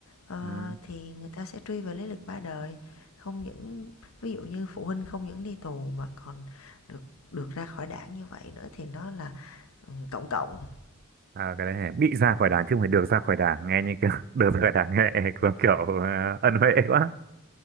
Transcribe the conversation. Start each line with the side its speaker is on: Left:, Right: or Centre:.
Left: Ờ,
Right: ừ.
Left: thì người ta sẽ truy về lý lịch ba đời không những ví dụ như phụ huynh không những đi tù mà còn được được ra khỏi đảng như vậy nữa thì nó là ừ, cộng cộng
Right: à, cái đấy hả? bị ra khỏi đảng chứ không phải được ra khỏi đảng nghe như kiểu <laughs> được ra khỏi đảng nghe giống kiểu ờ, ân huệ quá